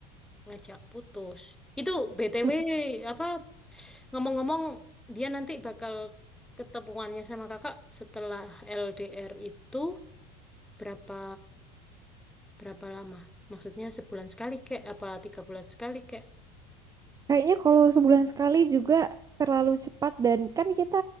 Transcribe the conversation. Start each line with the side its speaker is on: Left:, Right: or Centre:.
Centre: ngajak putus. Itu BTW
Right: Hmm.
Centre: apa ngomong-ngomong dia nanti bakal ketemuannya sama kakak setelah LDR itu berapa berapa lama? Maksudnya sebulan sekali kek apa tiga bulan sekali kek?
Right: Kayaknya kalau sebulan sekali juga terlalu cepat dan kan kita